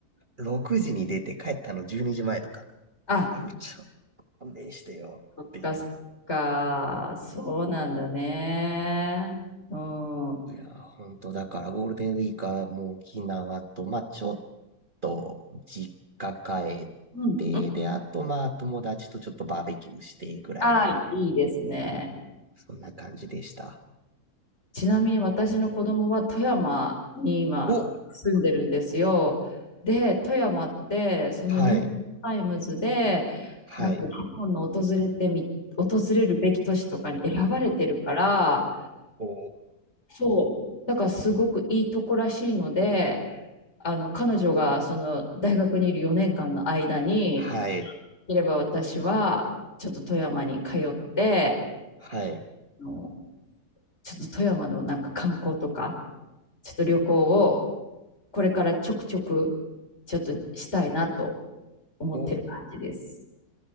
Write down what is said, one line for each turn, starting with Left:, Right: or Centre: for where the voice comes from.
Right: う、6時に出て帰ったの12時前とかっ
Left: あ、
Right: ていう、ちょっと勘弁してよっていう
Left: そっかそっか。そうなんだね。うん。うん、
Right: いやー、本当だからゴールデンウィークはもう沖縄と、まあちょっと実家帰って、
Left: うん。
Right: で、あとまあ友達とちょっとバーベキューしてぐらいな、
Left: ああ、いいですね。
Right: そんな感じでした。
Left: ちなみに私の子供は富山に今住んでるんですよ。
Right: お、
Left: で、富山ってそのニューヨークタイムズで
Right: はい、はい、
Left: なんか日本の訪れてみ、訪れるべき都市とかに選ばれてるから、
Right: お
Left: そう、
Right: ー、
Left: だからすごくいいとこらしいので、あの彼女がその大学にいる4年間の間に、
Right: はい、
Left: いれば私はちょっと富山に通って、
Right: はい、
Left: あのちょっと富山のなんか観光とか、ちょっと旅行をこれからちょくちょくちょっとしたいなと思ってる感じです。
Right: おー、